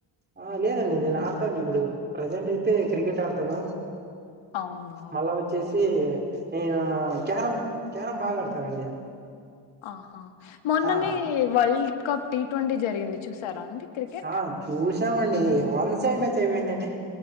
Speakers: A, on the right (about 20°); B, on the left (about 70°).
A: ఆ లేదండి, నేను ఆడతాను. ఇప్పుడు ప్రజెంట్ అయితే క్రికెట్ ఆడతాను.
B: అవును
A: మళ్ళా వచ్చేసి నేను క్యారం క్యారం బాగా ఆడతానండి
B: ఆహా మొన్ననే
A: ఆ
B: వరల్డ్ కప్ టీ ట్వంటీ జరిగింది చూసారా అండి క్రికెట్
A: ఆ చూసామండి వన్ సైడ్ మ్యాచ్ అయిపోయిందండి